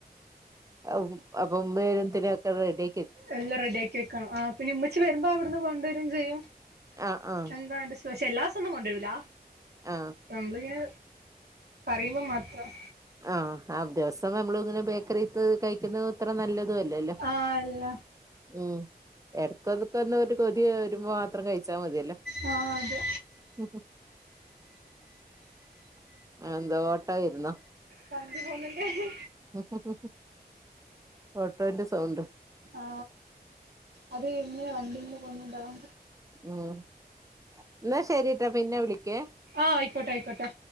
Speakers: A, on the right (about 20°); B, on the right (about 80°).
A: അപ്പം അപ്പം വേറെന്തിന ക്കെറെഡി
B: എല്ലാം റെഡിയാക്കി വെക്കണം ആ പിന്നെ ഉമ്മിച്ചിവരുമ്പോ അവിടുന്ന് കൊണ്ടുവരും ചെയ്യും
A: അ ആ
B: എന്താണ്ട് പക്ഷെ എല്ലാസൊന്നും കൊണ്ടരൂല്ല
A: ആ
B: നമ്മളിങ്ങനെ പറയുമ്പോ മാത്രം
A: ആ അ ദിവസം നമ്മളുങ്ങിനെ ബേക്കറിത്ത് കഴിക്കുന്നതത്ര നല്ലതുല്ലല്ലോ
B: ആ അല്ല
A: ഉം ഇടക്കൊതുക്കൊന്ന് ഒരു കൊതി വരുമ്പോ മാത്രം കഴിച്ചാമതിയല്ലോ
B: അ അ അത്
A: ഉ ഉ അ എന്താ ഓട്ടോയിരുന്നോ
B: സംതി <unintelligible>
A: ഉ ഉ ഉ ഓട്ടോന്റെ സൗണ്ട്
B: ആ അത് ഇങ്ങെ വണ്ടിങ്ങനെ പോകുന്നുണ്ടല്ലോ
A: ഉം എന്നാ ശരിട്ടോ പിന്നവിളിക്കേ
B: ആ ആയിക്കോട്ടായിക്കോട്ടെ